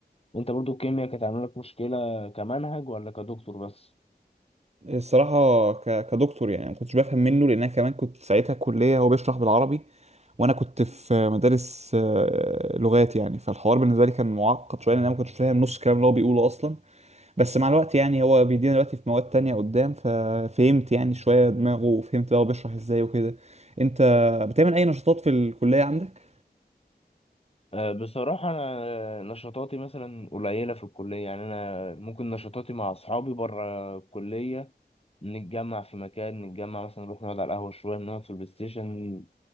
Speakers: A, on the left (about 35°); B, on the right (about 40°).
A: انت برضو الكيمياء كانت عامله لك مشكله كمنهج ولا كدكتور بس
B: الصراحه ك... كدكتور يعني ما كنتش بفهم منه لان انا كمان كنت ساعتها كليه هو بيشرح بالعربي وانا كنت في مدارس آه، لغات يعني فالحوار بالنسبه لي كان معقد شويه لان انا ما كنتش فاهم نص الكلام اللي هو بيقوله اصلا بس مع الوقت يعني هو بيدينا دلوقتي في مواد تانية قدام ففهمت يعني شوية دماغه وفهمت بقى هو بيشرح ازاي وكده انت بتعمل اي نشاطات في الكلية عندك؟
A: أه بصراحه انا نشاطاتي مثلا قليله في الكليه يعني انا ممكن نشاطاتي مع اصحابي بره الكليه نتجمع في مكان نتجمع مثلا نروح نقعد على القهوه شويه نقعد في البلاي ستيشن